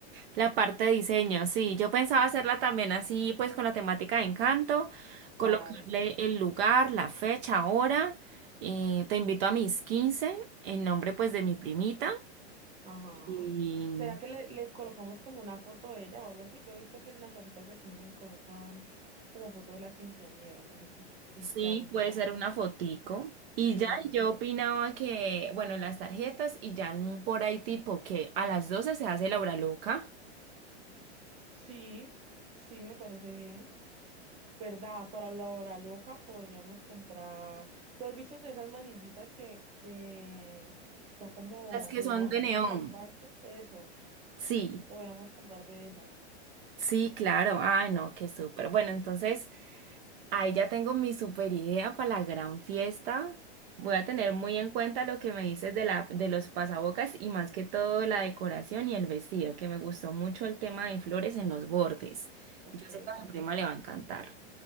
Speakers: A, on the right (about 55°); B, on the right (about 20°).
A: La parte de diseño, sí, yo pensaba hacerla también así, pues con la temática de Encanto,
B: Claro,
A: colocarle
B: sí.
A: el lugar, la fecha, hora. eh, te invito a mis 15 en nombre pues de mi primita
B: Ajá.
A: y
B: ¿Será que le, le colocamos como una foto de ella o algo así? Yo he visto que en las tarjetas de 15 colocan como foto de la quinceañera. No sé si, si
A: sí,
B: queda muy cargada.
A: puede ser una fotico. Y
B: Sí,
A: ya
B: una foto
A: y yo
B: de
A: opinaba
B: ella.
A: que, bueno, las tarjetas y ya en- por ahí tipo que a las 12 se hace la hora loca,
B: Sí, sí, me parece bien. ¿Verdad? Para la hora loca podríamos comprar. ¿Tú has visto de esas manillitas que, que son como
A: las que
B: neón,
A: son de neón.
B: que uno las parte? Eso,
A: Sí.
B: podríamos comprar de esas.
A: Sí, claro. Ay, no, qué súper. Bueno, entonces ahí ya tengo mi súper idea para la gran fiesta. Voy a tener muy en cuenta lo que me dices de la, de los pasabocas y más que todo la decoración y el vestido, que me gustó mucho el tema de flores en los bordes.
B: Ok.
A: Yo sé que a mi prima le va a encantar.